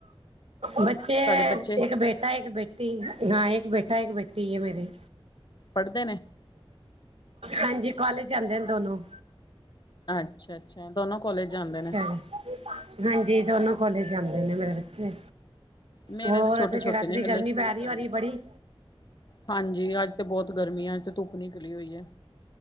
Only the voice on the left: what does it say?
ਤੁਹਾਡੇ ਬੱਚੇ
ਪੜ੍ਹਦੇ ਨੇ
ਅੱਛਾ-ਅੱਛਾ, ਦੋਨੋ ਕੋਲਜ ਜਾਂਦੇ
ਨੇ।
ਮੇਰੇ
ਤਾਂ ਛੋਟੇ
ਛੋਟੇ
ਨੇ ਹਲੇ
ਸਕੂਲ
ਜਾਂਦੇ
ਹਾਂਜੀ, ਅੱਜ ਤੇ ਬਹੁਤ ਗਰਮੀਆ ਚ, ਧੁੱਪ ਨਿਕਲੀ ਹੋਈ ਹੈ।